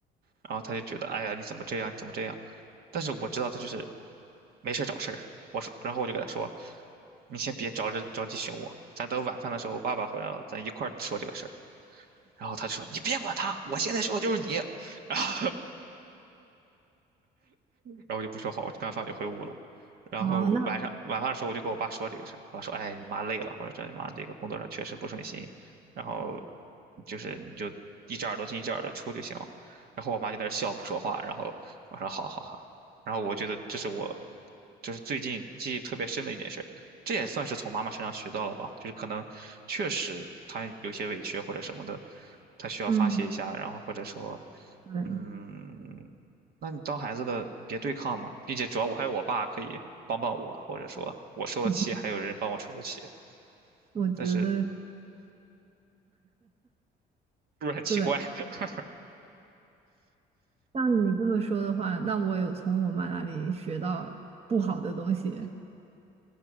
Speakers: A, on the right; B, on the right.
A: 然后他就觉得，哎呀，你怎么这样？你怎么这样？但是我知道他就是没事儿找事儿。我说，然后我就给他说，你先别着着着急寻我，咱等晚饭的时候爸爸回来了，咱一块儿说这个事儿。然后他就说，你别管他，我现在说的就是你。<laughs> 然后我就不说好，我吃完饭就回屋了。然后晚上晚饭的时候，
B: 哦，那
A: 我就跟我爸说这个事儿，我爸说，哎，你妈累了，或者说你妈这个工作上确实不顺心，然后就是你就一只耳朵进一只耳朵出就行了。然后我妈就在那儿笑不说话，然后我说好好好，然后我觉得这是我就是最近记忆特别深的一件事儿，这也算是从妈妈身上学到了吧，就是可能确实她有些委屈或者什么的，她需要发泄一下，
B: 嗯，
A: 然后或者说。
B: 对，
A: 嗯，那你当孩子的别对抗嘛，并且主要我还有我爸可以帮帮我，或者说我受了气，
B: <laughs>
A: 还有人帮我出出气，
B: 我觉得是
A: 但是是不是很奇怪？
B: 对。
A: <laughs>
B: 像你这么说的话，那我有从我妈那里学到不好的东西，